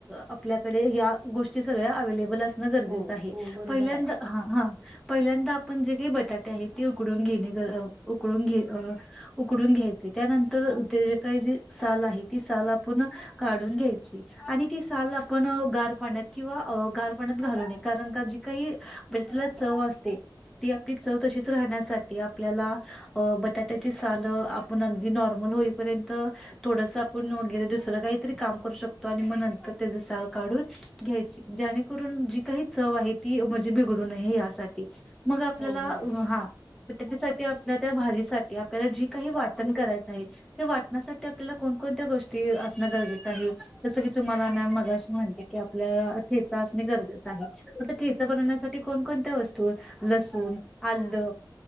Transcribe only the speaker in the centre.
आपल्याकडे ह्या गोष्टी सगळ्या अव्हेलेबल अस न गरजेचं
आहे,
पहिल्यांदा
हा हा पहिल्यांदा आपण जे काही बटाटे आहेत ते उकडून घेणे अ उकडुन घ अ उकडून घे घेयचे, त्यानंतर त्याचे काय जे साल आहे ती साल आपण काढून घ्यायची आणि ती साल आपण गार पाण्यात किंवा अ गार पाण्यात घालू नये, कारण का जी काही मिरचीला चव असते ती आपली चव तशीच राहण्यासाठी आपल्याला अ बटाट्याची सालं आपण अगदी नॉर्म ल होईपर्यंत थोडसं आपण वगैरे दुसरं काहीतरी काम करू शकतो, आणि मग नंतर त्याचं साल काढून घ्यायची, जे ज्याणेकरून जी काही चव आहे ती म्हणजे बिघडू नये यासाठी. मग आपल्याला
हा मग त्याच्यासाठी आपल्या त्या भाजीसाठी आपल्याला जी काही वाटण करायचं आहे, ते वाटणासा ठी आपल्याला कोण कोणत्या गोष्टी असणं गरजेचं आहे, जसं की तुम्हाला मॅम मगाशी म्हणले की आपल्या अ ठेचा असणे गरजेचं आहे, मग तो ठेचा बनवण्यासाठी कोण कोणत्या वस्तू लसूण, आल्ल